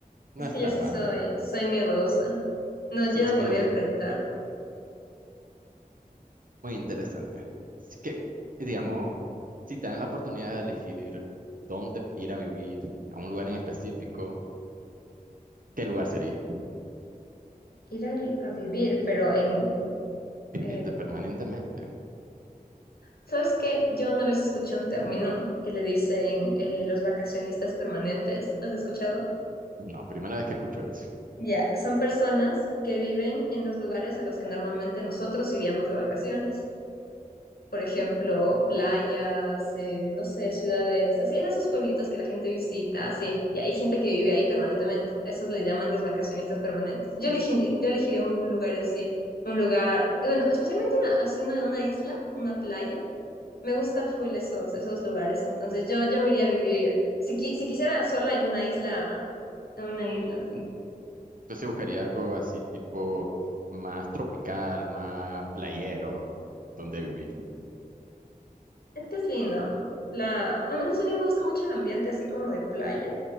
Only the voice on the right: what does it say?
No
está
mal,
¿no?
Esos
miedos,
muy interesante. Así que, digamos, si te dan la oportunidad de elegir dónde ir a vivir, a un lugar en específico, ¿qué lugar sería?
Vivir
de permanentemente.
No, primera vez que escucho eso.
Entonces sí buscaría algo así tipo más tropical, más playero, donde vivir.